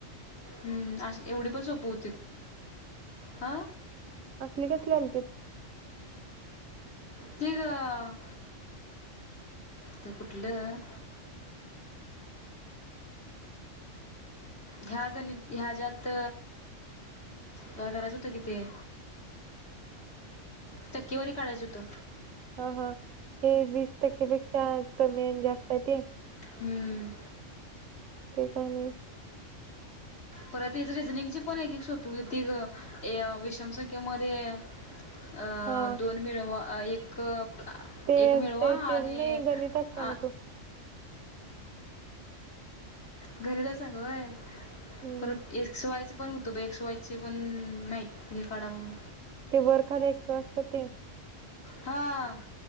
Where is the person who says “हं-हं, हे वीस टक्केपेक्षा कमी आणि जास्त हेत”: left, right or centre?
Right